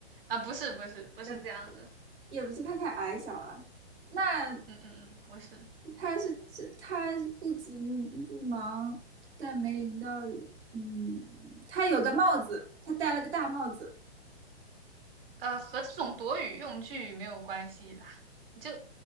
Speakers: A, on the right (about 60°); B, on the right (about 75°).
A: 啊、不是不是不是这样的，
B: 所以也不是他太矮小了。那
A: 嗯嗯嗯，不是。
B: 他是这他不急不忙，但没淋到雨。嗯，他有个帽子，他戴了个大帽子，
A: 呃，和这种躲雨用具没有关系啦，你就